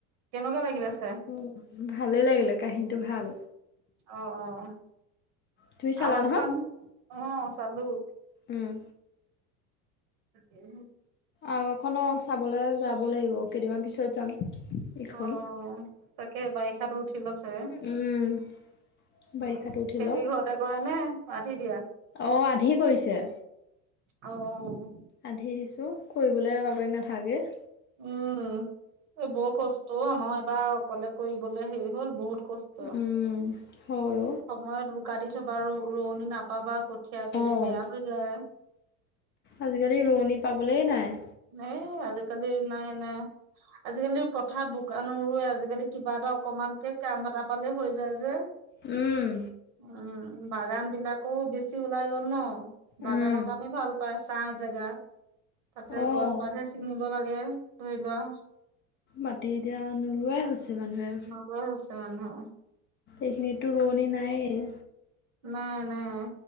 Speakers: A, on the right; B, on the left.
A: কেনেকুৱা লাগিলে চাই?
B: অ, ভালে লাগিলে, কাহিনীটো ভাল।
A: অ-অ
B: তুমি চালা
A: আৰু
B: নহয়?
A: এখন অ' চালোঁ।
B: উম।
A: <unintelligible> তাকে অ'হ
B: আৰু এখনো চাবলৈ যাব লাগিব, কেইদিনমান পিছত যাম। ইখন
A: অ, তাকে বাৰিষাতো উঠি লগ চাগে।
B: উম। বাৰিষাটো
A: উম',
B: উঠি
A: খেতি
B: লওক।
A: ঘৰতে কৰা নে আধি দিয়া?
B: অ', আধি কৰিছে',
A: অওওও',
B: আধি দিছোঁ, কৰিবলৈ বাপেক নাথাকে।
A: উম' এই বৰ কষ্ট অ, আমাৰ এবাৰ অকলে কৰিবলে হেৰি হ'ল বহুত। কষ্ট,
B: উম, হয়
A: সময়ত বোকা দি থবা, ৰ ৰো ৰোৱনি নাপাবা ক'ত সেয়া পিনে
B: অ'।
A: বেয়া হৈ যায়',
B: আজিকালি ৰোৱনি পাবলৈ নাই',
A: নাই', আজিকালি নাই', - নাই', আজিকালি পথাৰ বোকা ন ৰুৱে আজিকালি কিবা এটা অকমানকে কাম এটা পালে হৈ যায় যে',
B: উম',
A: উম', বাগান বিলাকও বেছি ওলাই গ'ল ন বাগানৰ
B: উম,
A: কামে ভাল', তাৰপা ছাহ জেগা, তাতে
B: অ',
A: গছ পাতহে ছিঙিব লাগে, ধৰি লোৱা',
B: মাটি এতিয়া নোৰুৱাই হৈছে মানুহে',
A: কোৱা হৈছে মানু',
B: এইখিনিতো ৰোৱনি নায়েই',
A: নাই', - নাই',